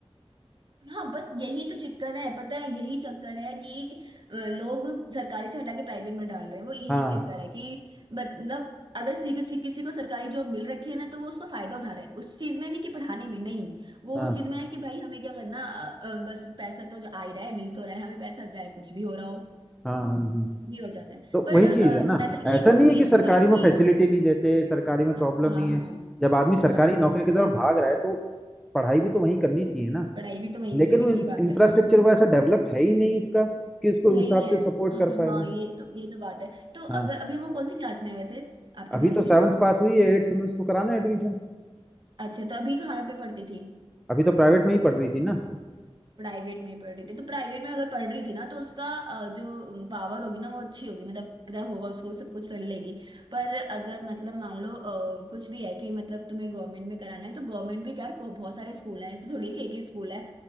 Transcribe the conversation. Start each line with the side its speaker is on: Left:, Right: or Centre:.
Right: हाँ बस यही तो चक्कर है पता है यही चक्कर है कि अ, लोग सरकारी से हटा के प्राइवेट में डाल रहे हैं वो यही
Centre: हाँ
Right: चक्कर है कि मतलब अगर सी- किसी किसी को सरकारी जॉब मिल रखी है ना तो वो उसका फायदा उठा रहे हैं उस चीज में नहीं कि पढ़ाने में नहीं वो
Centre: हाँ
Right: उस चीज में है कि भाई हमें क्या करना अ, अ, बस पैसा तो जो आ ही रहा है मिल तो रहा है हमें पैसा जाए कुछ भी हो रहा हो
Centre: हाँ हाँ हाँ
Right: ये हो जाता है
Centre: तो
Right: पर
Centre: वही
Right: अ,
Centre: चीज है ना
Right: मैं तो यही
Centre: ऐसा
Right: कहूंगी
Centre: नहीं है कि सरकारी
Right: तुम्हें कि
Centre: में फैसिलिटी नहीं देते सरकारी में प्रॉब्लम
Right: हाँ हाँ
Centre: नहीं
Right: हाँ
Centre: है जब आदमी सरकारी
Right: हाँ,
Centre: नौकरी की तरफ भाग रहा है तो पढ़ाई भी तो वहीं करनी चाहिए ना
Right: पढ़ाई भी तो वहीं
Centre: लेकिन
Right: से करी
Centre: वो
Right: सही बात
Centre: इंफ्रास्ट्रक्चर
Right: है
Centre: वो ऐसा डेवलप है ही नहीं उसका कि उसको उस
Right: नहीं
Centre: हिसाब
Right: है
Centre: से सपोर्ट कर पाए
Right: हाँ
Centre: वो
Right: ये तो ये तो बात है तो
Centre: हाँ
Right: अगर अभी वो कौन सी क्लास में है वैसे आपकी
Centre: अभी
Right: भांजी
Centre: तो सेवन्थ पास हुई है एट्थ में उसको कराना है एडमिशन
Right: अच्छा तो अभी कहाँ पे पढ़ती थी
Centre: अभी तो प्राइवेट में ही पढ़ रही थी ना
Right: प्राइवेट में ही पढ़ रही थी तो प्राइवेट में अगर पढ़ रही थी ना तो उसका अ, जो पावर होगी ना वो अच्छी होगी मतलब पता होगा उसको सब कुछ कर लेगी पर अगर मतलब मान लो अ, कुछ भी है कि मतलब तुम्हें गवर्नमेंट में कराना है तो गवर्नमेंट भी यार को- बहुत सारे स्कूल हैं ऐसे थोड़ी है कि एक ही स्कूल है